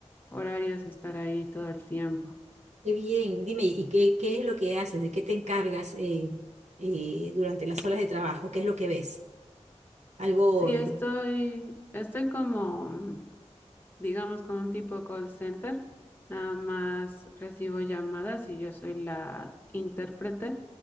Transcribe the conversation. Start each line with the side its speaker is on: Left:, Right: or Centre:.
Left: horarios, estar ahí todo el tiempo.
Right: Qué bien, dime, ¿y qué, qué es lo que haces? ¿De qué te encargas eh, eh, durante las horas de trabajo? ¿Qué es lo que ves? ¿Algo
Left: Sí,
Right: eh,
Left: estoy, estoy como mm, digamos como un tipo call center, nada más recibo llamadas y yo soy la intérprete